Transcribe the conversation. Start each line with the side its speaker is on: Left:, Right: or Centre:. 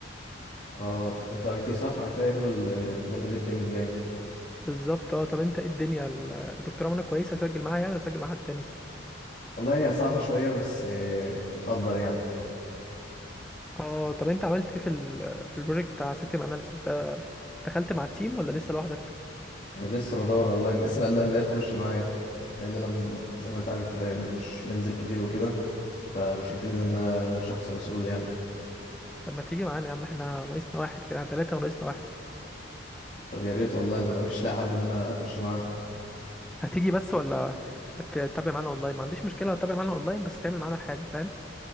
Left: اه انت اي تي صح اي تي هياخدوا المادة دي الترم الجاي
Centre: بالظبط اه طب انت ايه الدنيا ال- الدكتوره منى كويسه اسجل معاها يعني ولا اسجل مع حد تاني
Left: والله هي صعبة شوية بس آه، بتقدر يعني
Centre: اه طب انت عملت ايه في ال في البروجكت بتاع سيستم اناليسيس ده دخلت مع التيم ولا لسه لوحدك
Left: آه، لسه بدور والله <laughs> الناس مقلقة ان هي تخش معايا لان انا ب- زي ما انت عارف ب- مش بنزل كتير وكده فمش شايفين ان انا شخص مسؤول يعني
Centre: طب ما تيجي معانا يا عم احنا ناقصنا واحد كده ثلاثة وناقصنا واحد
Left: طب يا ريت والله انا <laughs> مش لاقي حد ان انا اخش معاه
Centre: هتيجي بس ولا هتتابع معانا اونلاين ما عنديش مشكلة هتتابع معانا اونلاين بس تعمل معانا الحاجة فاهم